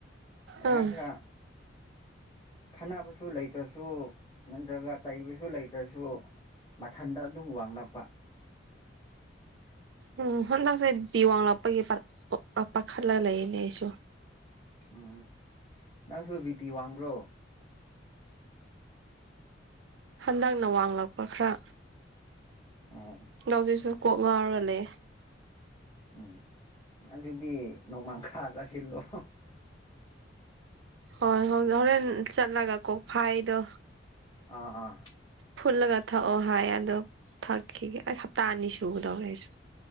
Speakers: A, on the left; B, on the right.
A: ꯀꯔꯤ
B: ꯑꯥ
A: ꯍꯥꯏꯁꯤꯔ ꯈꯠꯅꯕꯁꯨ ꯂꯩꯇ꯭ꯔꯁꯨ ꯅꯠꯇ꯭ꯔꯒ ꯆꯩꯕꯁꯨ ꯂꯩꯇ꯭ꯔꯁꯨ ꯃꯊꯟꯗ ꯑꯗꯨꯝ ꯋꯥꯡꯂꯛꯄ
B: ꯎꯝ ꯍꯟꯗꯛꯁꯦ ꯕꯤꯄꯤ ꯋꯥꯡꯂꯥꯛꯄꯒꯤ ꯄꯥꯈꯠꯂꯒ ꯂꯩꯌ‌ꯦꯅ‌ꯦ ꯑꯩꯁꯨ
A: ꯎꯝ ꯅꯪꯁꯨ ꯕꯤ ꯄꯤ ꯋꯥꯡꯕ꯭ꯔꯣ
B: ꯍꯟꯗꯛꯅ ꯋꯥꯡꯂꯛꯄ ꯈꯔ
A: ꯑꫭ
B: ꯑꯗꫭ ꯍꯧꯖꯤꯛꯁꯨ ꯀꯣꯛ ꯉꯥꯎꯔꯒ‌ꯂꯩꯌ‌ꯦ
A: ꯎꯝ ꯑꯗꯨꯗꯤ ꯅꯣꯡꯃꯥꯡꯈꯥ ꯆꯥꯁꯤꯜꯂꯣ
B: ꯍꯣꯏ ꯍꯣꯔꯦꯟ ꯆꯠꯂꯒ ꯀꯣꯛ ꯐꯥꯏꯗꯣ
A: ꯑꯥ ꯑꯥ
B: ꯐꯨꯜꯂꯒ ꯊꯛꯑꯣ ꯍꯥꯏ ꯑꯗꯣ ꯊꯛꯈꯤꯒꯦ ꯑꯁ ꯍꯞꯇꯥ ꯑꯅꯤ ꯁꯨꯒꯗꯧꯔꯦ ꯑꯩꯁꯨ